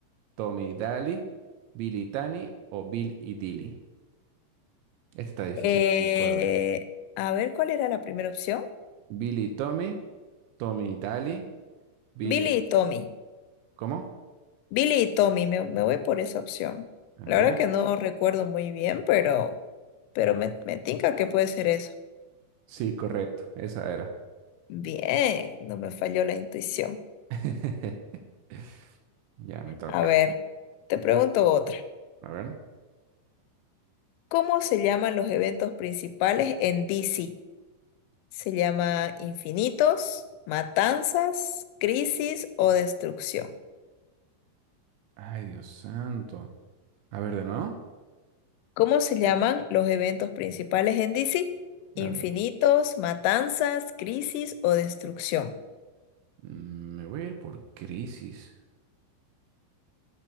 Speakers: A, on the right; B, on the left.
A: Tommy y Dali, Billy y Tani o Bill y Dilly. Este está difícil,
B: Eh,
A: no me acuerdo.
B: a ver, ¿cuál era la primera opción?
A: Billy y Tommy, Tommy y Dali, Billy.
B: Billy y Tommy.
A: ¿Cómo?
B: Billy y Tommy, me, me voy por esa opción.
A: A
B: La
A: ver.
B: verdad que no recuerdo muy bien, pero, pero me, me tinca que puede ser eso.
A: Sí, correcto, esa era.
B: Bien, no me falló la intuición.
A: <laughs> Ya me toca.
B: A ver, te pregunto otra.
A: A ver.
B: ¿Cómo se llaman los eventos principales en DC? ¿Se llama infinitos, matanzas, crisis o destrucción?
A: Ay, Dios santo. A ver, de nuevo.
B: ¿Cómo se llaman los eventos principales en DC? ¿Infinitos,
A: A ver.
B: matanzas, crisis o destrucción?
A: Mm, Me voy a ir por crisis.